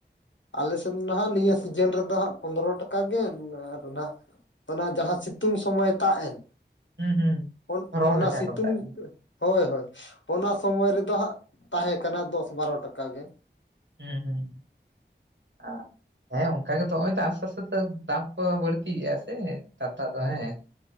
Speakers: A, on the left (about 80°); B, on the right (about 75°).
A: ᱟᱞᱮᱥᱮᱱ ᱱᱟᱦᱟᱜ ᱱᱤᱭᱟᱹ ᱥᱤᱡᱤᱱ ᱨᱮᱫᱚ ᱦᱟᱸᱜ ᱯᱚᱸᱫᱽᱨᱚ ᱴᱟᱠᱟ ᱜᱮ, ᱟᱨ ᱱᱟᱦᱟᱜ ᱚᱱᱟ ᱡᱟᱦᱟᱸ ᱥᱤᱛᱩᱝ ᱥᱚᱢᱚᱭ ᱛᱟᱜ ᱮᱱ,
B: ᱦᱩᱸ ᱦᱩᱸ
A: ᱩᱱ
B: ᱫᱷᱚᱨᱚᱱ
A: ᱚᱱᱟ
B: ᱨᱮ ᱡᱟᱦᱟᱸ
A: ᱥᱤᱛᱩᱝ
B: ᱠᱚ ᱢᱮᱛᱟᱜ ᱠᱟᱱᱟ
A: ᱼᱼ ᱦᱳᱭ ᱦᱳᱭ, ᱚᱱᱟ ᱥᱚᱢᱚᱭ ᱨᱮᱫᱚ ᱦᱟᱸᱜ ᱛᱟᱦᱮᱸ ᱠᱟᱱᱟ ᱫᱚᱥ ᱵᱟᱨᱚ ᱴᱟᱠᱟ ᱜᱮ।
B: ᱦᱮᱸ ᱦᱮᱸ। ᱟᱸ ᱦᱮᱸ ᱚᱱᱠᱟ ᱜᱮᱛᱚ ᱦᱚᱸᱜᱼᱚᱭ ᱛᱚ ᱟᱥᱛᱮ ᱟᱥᱛᱮ ᱛᱮ ᱫᱟᱢ ᱠᱚ ᱵᱟᱹᱲᱛᱤ ᱜᱤᱭᱟ ᱥᱮ, ᱠᱟᱛᱷᱟ ᱫᱚ ᱦᱮᱸ।